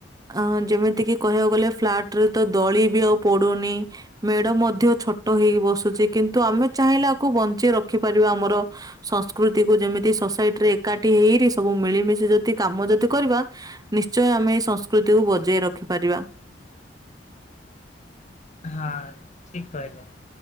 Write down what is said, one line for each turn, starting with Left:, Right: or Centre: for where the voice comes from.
Right: ଆ ଯେମିତି କିି କହିବାକୁ ଗଲେ ଫ୍ଲାଟ୍ ରେ ତ ଦୋଳି ବି ଆଉ ପଡୁନି। ମେଢ ମଧ୍ୟ ଛୋଟ ହେଇ ବସୁଛି କିନ୍ତୁ, ଆମେ ଚାହିଁଲେ ଏକୁ ବଞ୍ଚେଇ ରଖି ପାରିବା ଆମର ସଂସ୍କୃତି କୁ ଯେମିତି ସୋସାଇଟି ରେ ଏକାଠି ହେଇ ସବୁ ମିଳିମିଶି ଯଦି କାମ ଯଦି କରିବା ନିଶ୍ଚୟ ଆମେ ଏଇ ସଂସ୍କୃତିକୁ ବଜେଇ ରଖିପାରିବା।
Left: ହଁ ଠିକ୍ କହିଲେ।